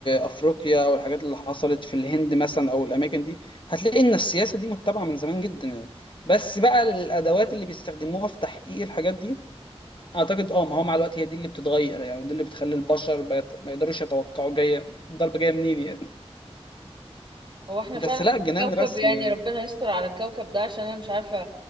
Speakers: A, on the left; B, on the right.
A: افريقيا او الحاجات اللي حصلت في الهند مثلا او الاماكن دي هتلاقي ان السياسة دي متبعة من زمان جدا يعني بس بقى الادوات اللي بيستخدموها في تحقيق الحاجات دي اعتقد اه ما هو مع الوقت هي دي اللي بتتغير يعني دي اللي بتخلي البشر بيت- ما يقدروش يتوقعوا جاية الضربة جاية منين يعني
B: هو احنا
A: بس
B: فعلا
A: لا الجنان
B: في كوكب
A: رسمي
B: يعني
A: يعني
B: ربنا يستر على الكوكب ده عشان انا مش عارفه